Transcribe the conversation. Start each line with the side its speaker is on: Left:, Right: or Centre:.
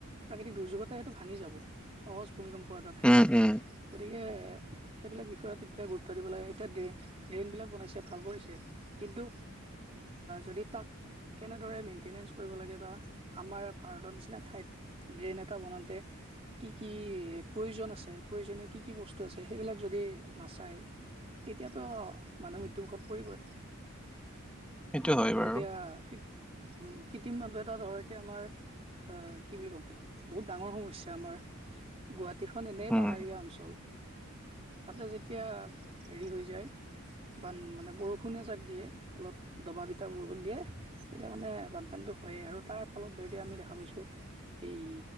Right: প্ৰাকৃতিক দুৰ্যোগতা সেইটো ভাঙি যাব সহজ ভূমিকম্প এটাতে
Centre: উম, উম।
Right: গতিকে সেইবিলাক বিষয়ত এতিয়া গুৰুত্ব দিব লাগে এতিয়া ড্ৰেই ড্ৰেইনবিলাক বনাইছে ভাল কৰিছে কিন্তু যদি তাক কেনেদৰে মেইনটেনেঞ্চ কৰিব লাগে বা আমাৰ ভাৰতৰ নিচিনা ঠাইত ড্ৰেন এটা বনাওঁতে। কি, কি প্ৰয়োজন আছে প্ৰয়োজনীয় কি, কি বস্তু আছে সেইবিলাক যদি নাচায় তেতিয়াতো মানুহ মৃত্যুমুখত পৰিবই।
Centre: সেইটো হয়
Right: আৰু
Centre: বাৰু
Right: এতিয়া উ কৃত্ৰিম মানুহ এটা ধৰ এতিয়া আমাৰ কি বুলি ক'ম বহুত ডাঙৰ সমস্যা আমাৰ। গুৱাহাটীখন এনেই
Centre: উম
Right: পাহাৰীয়া অঞ্চল। তাতে যেতিয়া হেৰি হৈ যায়। বা মানে বৰষুণে চাক দিয়ে অলপ দবা বিটা বৰষুণ দিয়ে এতিয়া মানে বানপানীটো হয়েই আৰু তাৰ ফলত ধৰি দ আমি দেখা পাইছোঁ এই